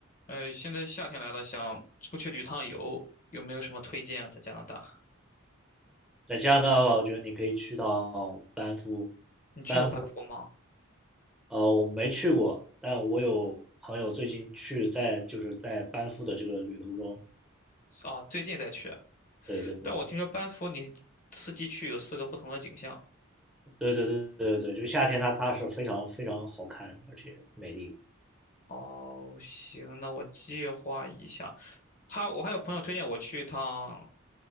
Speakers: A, on the left; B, in the centre.
A: 呃，现在夏天来了，想出去旅趟游，有没有什么推荐啊？在加拿大，
B: 在加拿大的话，我觉得你可以去到班夫，
A: 你去过班夫吗？
B: 班夫，呃，我没去过，但我有朋友最近去在就是在班夫的这个旅途中，
A: 啊，最近才去，
B: 对对对
A: 但我听说班夫你四季去有四个不同的景象。
B: 对对对对对就夏天它它是非常非常好看而且美丽的。
A: 哦，行，那我计划一下。他，我还有朋友推荐我去一趟，